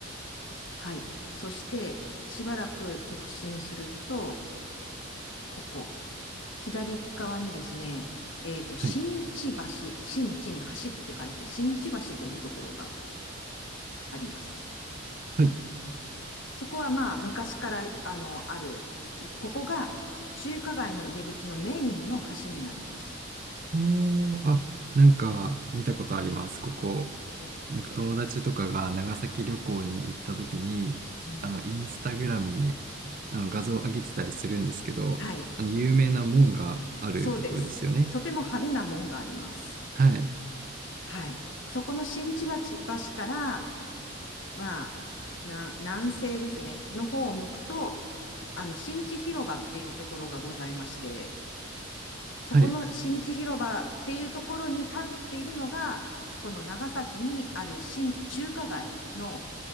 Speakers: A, on the left; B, on the right.
A: はい。そして、しばらく直進すると、ここ、左側にですね、えっと、
B: はい。
A: 新地橋、新地に走って書いて、新地橋というところがあります。
B: はい。
A: そこはまあ昔からあのある、ここが中華街の入り口のメインの橋になります。
B: おー、あ、なんか見たことあります、ここ。
A: お、
B: なんか友達とかが長崎旅行に行った時に、
A: うん。
B: あの、インスタグラムにあの画像を上げてたりするんですけど、
A: はい、
B: あの、有名な門があるところですよね。
A: そうです。とても派手な門があります。
B: はい。
A: はい。そこの新千葉ち橋から、まあ、な南西ですね、の方を向くと、あの、新地広場っていうところがございまして、そこの新地広場っていうところに立っているのが、
B: はい。
A: この長崎にある新中華街の